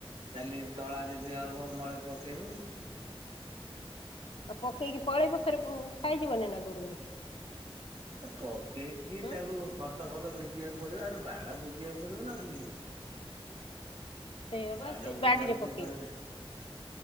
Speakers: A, on the right; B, on the left.
A: କାଲି ତଳା ଯଦି ହବ
B: ହୁଁ
A: ମଳେ ପକେଇମି।
B: ଆଉ ପକେଇକି ପଳେଇବୁ ଫେର ବୁ- ଖାଇ ଯିବନି ନା ଗୋରୁଗାଈ।
A: ଏ ପକେଇକି
B: ହୁଁ
A: ତାକୁ ଖତ ଫତ ବିଞ୍ଚିବାକୁ ପଡିବ। ଆହୁରି ବାଡ ବୁଜିବାକୁ ପଡିବ ନା ଖାଲି।
B: ସେଇଆ
A: ବାଡ
B: ବା ସେଇ
A: ବୁଜାବୁଜି
B: ବାଡିରେ ପକେଇବୁ
A: କରିବା